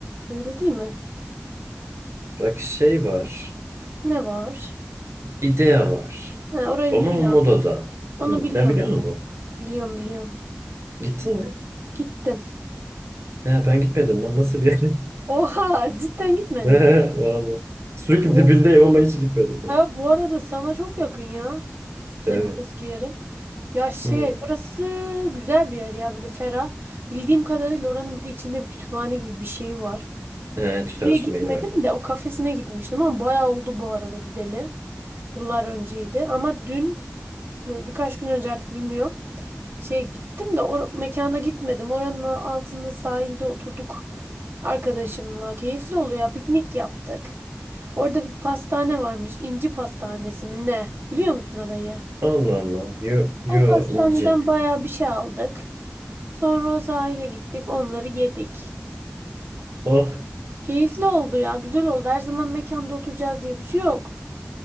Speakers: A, on the right; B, on the right.
A: Öyle değil mi?
B: Bak şey var.
A: Ne var?
B: İdea var.
A: Ha, orayı
B: Ama
A: biliyorum.
B: modada.
A: Onu
B: Hı,
A: biliyorum.
B: ben biliyor
A: Biliyorum
B: musun?
A: biliyorum. biliyorum.
B: Gittin mi?
A: Gittim.
B: He, ben gitmedim lan. Nasıl bir yer?
A: Oha cidden gitmedin
B: <laughs> He,
A: mi?
B: Vallahi. Sürekli
A: Orası.
B: dibindeyim ama hiç gitmedim
A: Ha,
B: ya.
A: bu arada sana çok yakın ya. Süsen'in
B: Evet.
A: eski yeri. Ya şey
B: Hı.
A: burası güzel bir yer ya böyle ferah. Bildiğim kadarıyla oranın bir de içinde bir kütüphane gibi bir şey var.
B: He, çalışma
A: Oraya gitmedim
B: yeri var.
A: de o kafesine gitmiştim ama bayağı oldu bu arada gideli. Yıllar önceydi ama dün mü- birkaç gün önce artık bilmiyorum. Şey gittim de o mekana gitmedim. Oranın a- altında sahilde oturduk arkadaşımla. Keyifli oluyor ya piknik yaptık. Orada bir pastane varmış. İnci Pastanesi mi ne? Biliyor musun orayı?
B: Allah Allah. Yo,
A: O
B: yo
A: pastaneden
B: inci.
A: bayağı bir şey aldık. Sonra o sahile gittik, onları yedik.
B: Oh.
A: Keyifli oldu ya, güzel oldu. Her zaman mekanda oturacağız diye bir şey yok.